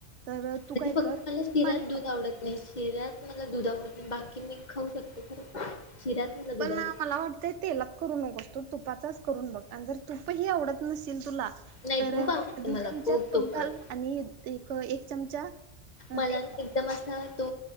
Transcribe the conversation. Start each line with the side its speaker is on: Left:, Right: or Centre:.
Right: तर तू
Left: म्हणजे
Right: काय
Left: फक्त
Right: कर
Left: मला शिऱ्यात
Right: पाणी
Left: दूध
Right: वापर
Left: आवडत नाही शिऱ्यात मला दुध आवडत नाही बाकी मी खाऊ शकते खरं. शिऱ्यात मला दूध
Right: पण
Left: आवडत
Right: ना मला वाटतंय तेलात करू नकोस तू तुपाचाच करून बघ आणि जर तुपही आवडत नशील तुला
Left: नाही
Right: तर
Left: तूप
Right: अधी
Left: आवडते मला
Right: चमचा
Left: खूप
Right: तूप
Left: आवडत
Right: घाल आणि एक एक चमचा तेल
Left: मला न
Right: वापर
Left: एकदम असा तो